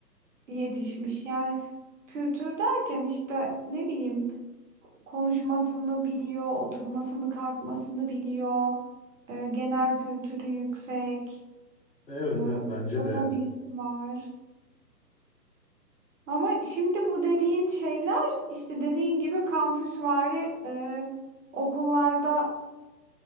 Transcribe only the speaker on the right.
yetişmiş. Yani kültür derken işte ne bileyim konuşmasını biliyor, oturmasını, kalkmasını biliyor. e, genel kültürü yüksek,
e,
çok
hobisi var. Ama şimdi bu dediğin şeyler işte dediğin gibi kampüsvari e, okullarda